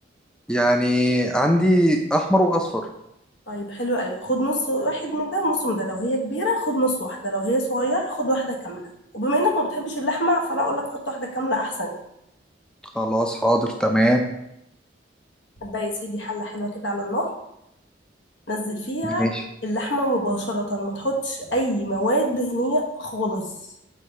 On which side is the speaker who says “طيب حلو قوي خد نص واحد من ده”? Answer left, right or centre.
Left